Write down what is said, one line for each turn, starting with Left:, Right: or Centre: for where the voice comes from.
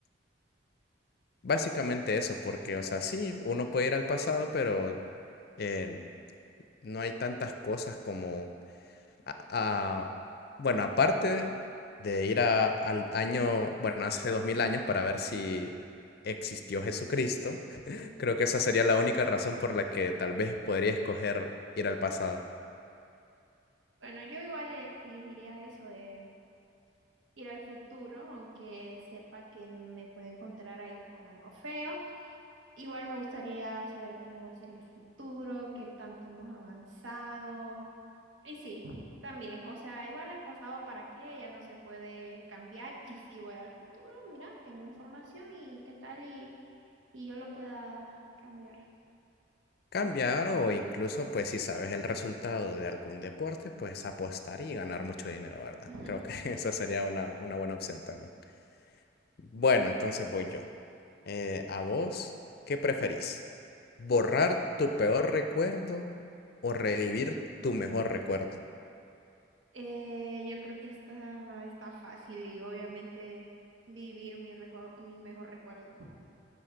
Left: Básicamente eso, porque, o sea, sí, uno puede ir al pasado, pero eh, no hay tantas cosas como, a- a- bueno, aparte de ir a- al año, bueno, hace dos mil años para ver si existió Jesucristo, <laughs> creo que esa sería la única razón por la que tal vez podría escoger ir al pasado.
Right: Bueno, yo igual eh, elegiría eso de ir al futuro, aunque sepa que me puedo encontrar ahí con algo feo. Igual me gustaría saber cómo va a ser el futuro, qué tanto hemos avanzado, Y sí, también, o sea, igual el pasado para qué, ya no se puede cambiar y si voy al futuro, mira, tengo información y qué tal y, y yo lo pueda cambiar.
Left: Cambiar o incluso, pues, si sabes el resultado de algún deporte, pues apostar y ganar mucho dinero, ¿verdad?
Right: <laughs>
Left: Creo que <laughs>
Right: Sí,
Left: esa sería una, una buena opción también. Bueno, entonces voy yo. Eh, ¿a vos qué preferís? ¿Borrar tu peor recuerdo o revivir tu mejor recuerdo?
Right: Eh, yo creo que está, está fácil y obviamente vivir mi, rejo- mi mejor recuerdo.